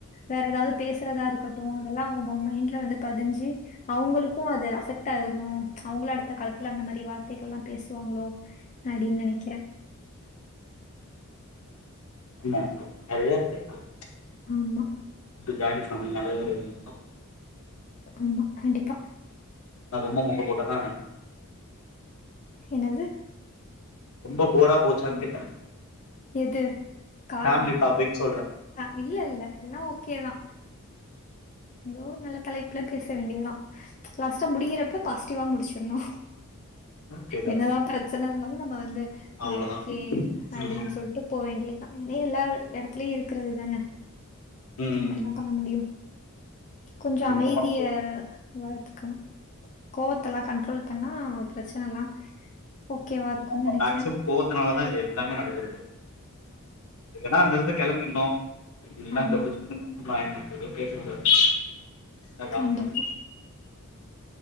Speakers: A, on the left; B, on the left.
A: வேற ஏதாவது பேசுறதா இருக்கட்டு அதெல்லா அவங்க மைண்ட்ல வந்து பதிஞ்சு அவங்களுக்கு அது அபெக்ட் ட்டாகு ம்ச் அவங்களு அடுத் அடுத்த காலத்துல அந்த மாரி வார்த்தைகள்ல்லா பேசுவாங்களோ அப்டின்னு நெனைக்கிறே
B: ஆமா நெறையா இருக்கு ம்ச்
A: ஆமா
B: ஜாயின் ஃபேம்மிலினாலே <unintelligible>
A: ஆமா கண்டிப்பா
B: நா ரொம்ப மொக்க போட்டதான
A: என்னது
B: ரொம்ப போரா போச்சான்னு கேட்டே
A: எது காலா
B: ஃபேமிலி டாபிக் சொல்றே
A: ஆ இல்ல இல்ல எல்லா ஓகேதா ஏதோ ஒரு நல்ல தலைப்புல பேச வேண்டியதா ச் லாஸ்டா முடிகிறப்ப பாசிட்டிவா முடிச்சறணு
B: ஓகே டன்
A: என்னதா பிரச்சனன்னா நம்ம வந்து
B: அவ்ளோதா
A: ஆ ஓகே அப்டின்னு
B: ம்
A: சொல்ட்டு போ வேண்டியது இதே எல்லா இடத்துலயு இருக்கறது தான
B: ம்
A: நம்ம என்ன பண்ண முடியு கொஞ்சோ
B: ஒன்னு
A: அமைதிய
B: பண்ண முடியாது
A: வளத்துக்கணு கோவத்த எல்லா கண்ட்ரோல் பண்ணா பிரச்சனெல்லா ஓகேவா இருக்குன்னு
B: ஆமா
A: நெனக்கிறே
B: மேக்சிமம் கோவத்துனாலதா இது எல்லாமே நடக்கறது இல்லன்னா அங்க இருந்து கிளம்பீட்ணு இல்லனா
A: ஆமா
B: கப் சிப்புணு கம்மு பயமா இருக்றத பேச கூடாது அதான்
A: கண்டிப்பா
B: அதான்